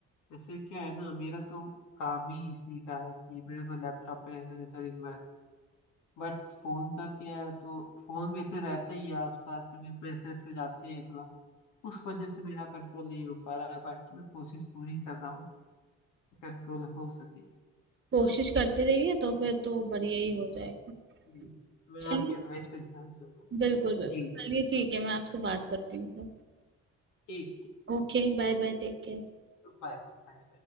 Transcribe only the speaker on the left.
जैसे क्या है ना मेरा तो काम ही इसी का है कि मेरे को लैपटॉप पे ऐसे रहता है दिन भर बट फोन का क्या है तो फोन भी ऐसे रहता ही है आसपास क्योंकि पैसे ऐसे जाते हैं थोड़ा उस वजह से मेरा कंट्रोल नहीं हो पा रहा है बाकी मैं कोशिश पूरी कर रहा हूँ कि कंट्रोल हो सके
जी मैं
आपकी एडवाइस पे ध्यान दूंगा
जी जी
ठीक ठीक
Bye bye